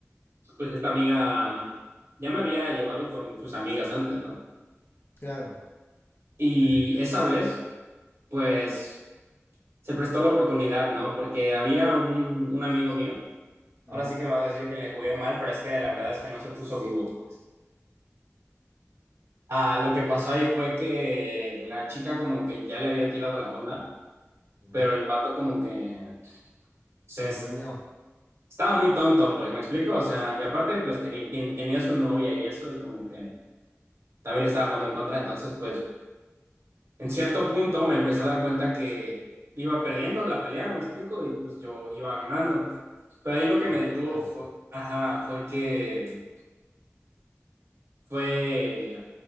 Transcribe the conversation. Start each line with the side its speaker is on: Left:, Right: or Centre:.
Right: pues esta amiga mm, ya me había llevado con sus amigas antes, ¿no?
Left: Claro.
Right: Y esa vez, pues se prestó la oportunidad, ¿no? Porque había un, un amigo mío, ahora
Left: ujú,
Right: sí que me vas a decir que le jugué mal, pero es que la verdad es que no se puso vivo, pues. Ah, lo que pasó ahí fue que la chica como que ya le había tirado la onda,
Left: ujú.
Right: pero el vato como que sea,
Left: Se
Right: es-
Left: durmió
Right: estaba muy tonto, pues, ¿me explico? O sea, y aparte, pues, tenía, tien- tenía su novia y eso, y como que también le estaba jugando en contra, entonces, pues, en cierto punto me empecé a dar cuenta que iba perdiendo la pelea, ¿me explico? Y, pues, yo iba ganando. Pero ahí lo que
Left: el
Right: me
Left: juego.
Right: detuvo fue, ajá, fue que fue,